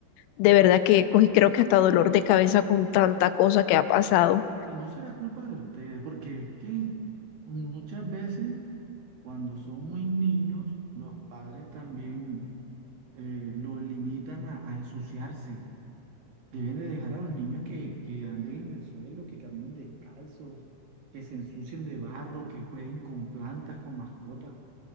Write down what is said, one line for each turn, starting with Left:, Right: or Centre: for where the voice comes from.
Left: De verdad que cogí, creo que hasta dolor de cabeza con tanta cosa que ha pasado.
Right: Pero no será culpa de ustedes, porque es que muchas veces cuando son muy niños, los padres también eh, los limitan a, a ensuciarse. Deben de dejar a los niños que, que anden en el suelo, que caminen descalzos, que se ensucien de barro, que jueguen con plantas, con mascotas,